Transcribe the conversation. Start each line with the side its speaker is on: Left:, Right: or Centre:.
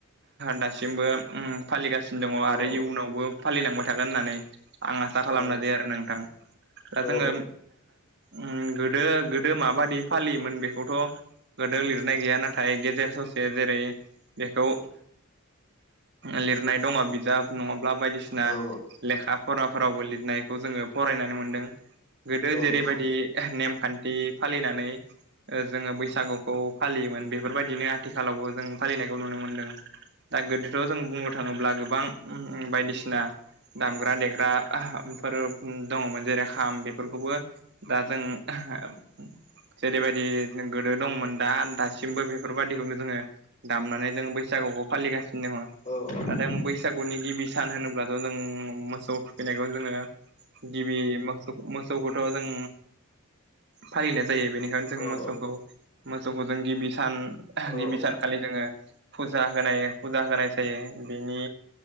Right: दासिमबो उम फालिगासिनो दङ आरो
Left: औ
Right: इयुनावबो फालिलांबाय थागोन होननानै आं आसा खालामनाय
Left: औ
Right: जायो आरो नोंथां। दा जोङो
Left: औ
Right: उम गोदो गोदो माबादि फालियोमोन बेखौथ' गोदो लिरनाय गैया नाथाय गेजेर ससे जेरै बेखौ लिरनाय दङ बिजाब नङाब्ला बायदिसिना
Left: औ
Right: लेखा फराफोरावबो लिरनायखौ जोङो। फरायनानै मोन्दों गोदो
Left: औ
Right: जेरैबायदि
Left: औ
Right: नेमखान्थि फालिनानै ओ जोङो बैसागुखौ फालियोमोन बेफोरबायदिनो आथिखालावबो जों फालिनायखौ नुनो मोनदों। दा गोदोथ' जों बुंनो थाङोब्ला गोबां उम उम बायदिसिना
Left: औ
Right: दामग्रा देग्रा आहाफोर दङमोन जेरै खाम बेफोरखौबो दा जों ओहा जेरैबायदि गोदो दंमोन दा दासिमबो बे फोरबादिखौनो जोंङो दामनानै जोङो बैसागुखौ फालिगासिनो दङ।
Left: औ
Right: दा जों बैसागुनि गिबि सान होनोब्लाथ' जों मोसौ थुखैनायखौ जोङो गिबि मोसौ मो सौखथ' जों फालिनाय जायो बेनिखायनो जों
Left: औ
Right: मोसौखौ मोसौखौ जों गिबि सान
Left: औ
Right: गिबि सानखालि जों ओ फुजा होनाय फुजा होनायस जायो। बिनि